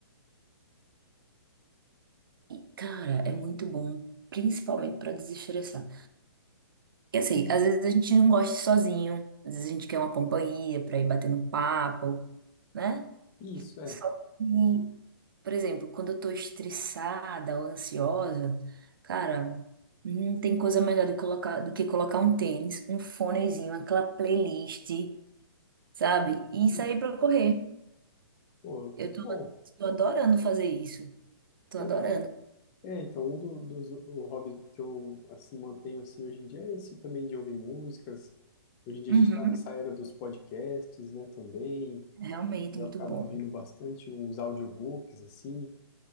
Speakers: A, on the right; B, on the left.
A: E, cara, é muito bom, principalmente para desestressar. Eu
B: Sim,
A: sei, às vezes a gente não gosta de ir sozinho, às vezes a gente quer uma companhia pra ir batendo papo, né?
B: isso, é.
A: Só que, por exemplo, quando eu tô estressada ou ansiosa, cara, não tem coisa melhor do que colocar, do que colocar um tênis, um fonezinho, aquela playlist, sabe? E sair
B: Sim,
A: pra correr.
B: pô,
A: Eu
B: muito
A: tô,
B: bom.
A: tô adorando fazer isso. Tô
B: Pois
A: adorando.
B: é. É, então, um do- dos o hobbies que eu, assim, mantenho, assim, hoje em dia é esse também de ouvir músicas. Hoje em dia
A: Uhum,
B: a gente está nessa era dos podcasts, né, também.
A: é realmente
B: E Eu
A: muito
B: acabo
A: bom.
B: ouvindo bastante uns audiobooks, assim.